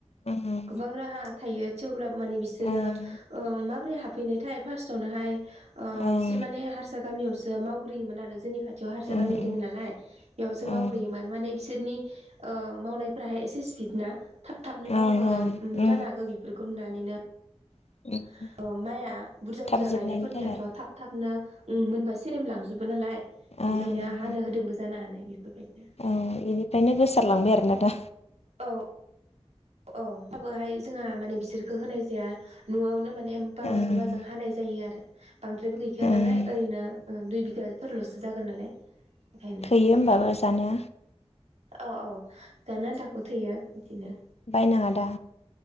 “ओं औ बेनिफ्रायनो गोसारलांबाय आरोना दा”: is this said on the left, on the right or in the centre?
Left